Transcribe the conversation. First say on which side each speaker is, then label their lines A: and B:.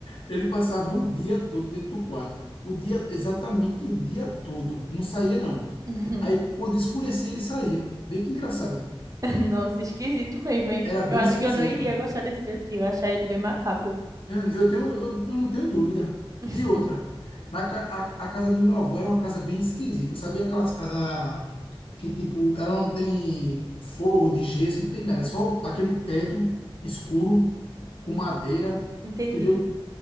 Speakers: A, on the left; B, on the right.
A: ele passava o dia todo dentro do quarto. O dia, exatamente o dia todo. Não saía, não.
B: <laughs>
A: Aí, quando escurecia, ele saía. Vê que engraçado.
B: <laughs> Nossa, esquisito mesmo, hein?
A: Era bem
B: Eu acho
A: esquisito.
B: que eu não iria gostar desse teu tio, eu ia achar ele bem macabro.
A: Eu, eu tenho, eu, eu não tenho dúvida.
B: <laughs>
A: E outra, na, ca- a, a casa do meu avô era uma casa bem esquisita, sabe? Aquelas casas que tipo, ela não tem forro de gesso, não tem nada, é só o- aquele teto escuro com madeira,
B: Entendi.
A: entendeu?